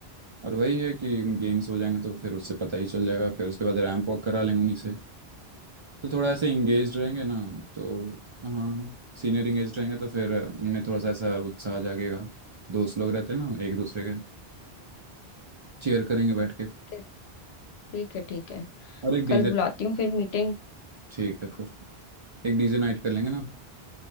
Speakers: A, on the right; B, on the left.
A: और वही है कि गेम्स हो जाएंगे तो फिर उससे पता ही चल जाएगा फिर उसके बाद रैंप वॉक करा लेंगे उन्हीं से तो थोड़ा ऐसे इंगेज रहेंगे ना तो हाँ सीनियर इंगेज रहेंगे तो फिर उनमें थोड़ा सा ऐसा उत्साह आ जाएगा दोस्त लोग रहते हैं ना एक दूसरे के चेयर करेंगे बैठ के
B: है ठीक है ठीक है
A: और एक डीजे
B: कल बुलाती हूँ फिर मीटिंग
A: ठीक है फिर एक डीजे नाइट कर लेंगे ना